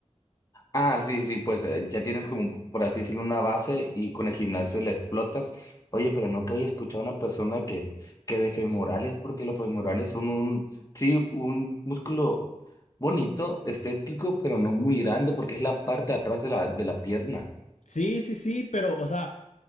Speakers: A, on the left; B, on the left.
A: Ah, sí, sí, pues eh, ya tienes como, por así decirlo, una base y con el gimnasio la explotas. Oye, pero nunca había escuchado a una persona que, que de femorales, porque los femorales son un, sí, un músculo bonito, estético, pero no muy grande, porque es la parte de atrás de la, de la pierna.
B: Sí, sí, sí, pero, o sea...